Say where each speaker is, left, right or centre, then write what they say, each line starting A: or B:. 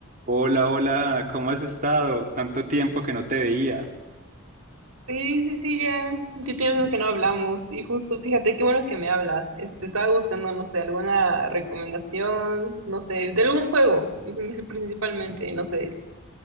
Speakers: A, on the right (about 35°); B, on the right (about 75°).
A: Hola, hola, ¿cómo has estado? ¿Cuánto tiempo que no te veía?
B: Sí, sí, sí, ya. Ya tienes que no hablamos. Y justo, fíjate, qué bueno que me hablas. Este, estaba buscando, no sé, alguna recomendación, no sé, de algún juego, <laughs> mm, principalmente, no sé.